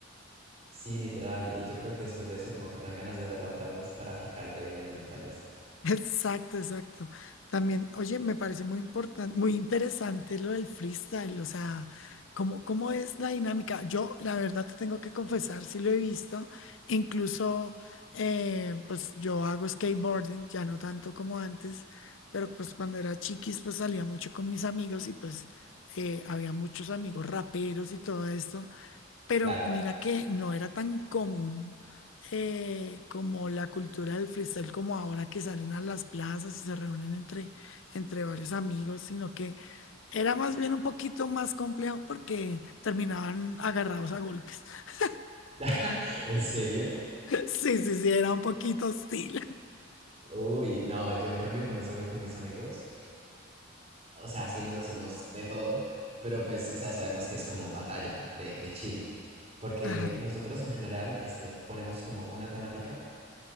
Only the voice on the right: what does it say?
Sí, literal, y yo creo que después de eso como que te dan ganas de verla otra vez para fijarte bien en los detalles.
Claro.
<laughs> ¿En serio?
Uy, no, yo en cambio cuando salgo con mis amigos, o sea, sí nos decimos de todo, pero pues, o sea, sabemos que es como batalla de, de chill. porque
nosotros en general este, ponemos como una temática